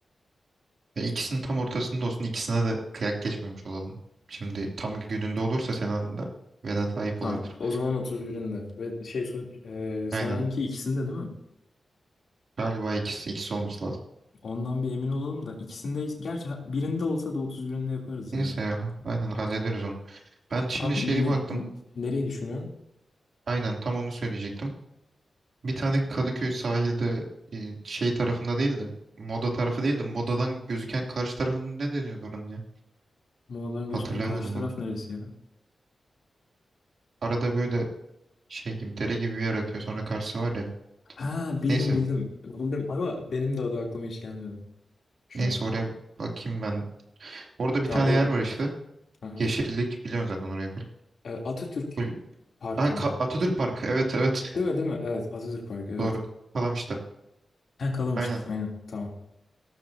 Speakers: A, on the right; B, on the left.
A: Ya ikisinin tam ortasında olsun. ikisine de kıyak geçmemiş olalım. Şimdi tam gününde olursa Sena'nın da Vedat ayıp
B: Tamam.
A: olabilir.
B: O zaman 31'inde. Ve şey su, e, Sena'nınki
A: Aynen.
B: ikisinde değil mi?
A: Galiba ikisi, ikisi olması lazım.
B: Ondan bir emin olalım da ikisinde gerçi ha- birinde olsa da 31'inde yaparız
A: Neyse
B: ya.
A: ya, aynen hallederiz onu. Ben
B: Tam
A: şimdi şeye
B: ne,
A: baktım.
B: n- nereyi düşünüyorsun?
A: Aynen tam onu söyleyecektim. Bir tane Kadıköy sahilde e, şey tarafında değil de Moda tarafı değil de Moda'dan gözüken karşı tarafının ne deniyordu oranın ya?
B: Moladan
A: Hatırlayamadım.
B: gözüken karşı taraf
A: bak.
B: neresi ya?
A: Arada böyle şey gibi dere gibi bir yer akıyor sonra karşısı var ya.
B: Ha bildim
A: Neyse
B: bildim. Bildim ama benim de adı aklıma hiç gelmedi. Şu
A: neyse
B: an.
A: oraya Bakayım ben Orada bir
B: Tamam
A: tane
B: or
A: yer var işte.
B: Hı hı.
A: Yeşillik biliyorsun zaten orayı. full.
B: E, Atatürk
A: Full-
B: Parkı
A: Ha, Ka-
B: mı?
A: Atatürk Parkı. Evet evet.
B: Değil mi değil mi? Evet Atatürk Parkı evet.
A: <laughs> Doğru. Kalamış'ta.
B: Ha kalamıştı.
A: Aynen.
B: Aynen tamam.